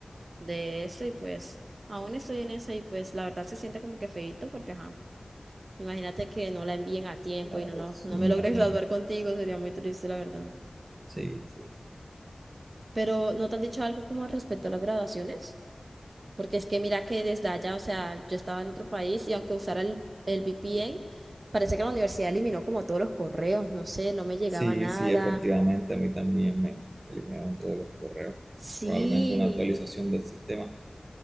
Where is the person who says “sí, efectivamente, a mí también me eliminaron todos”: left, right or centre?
Right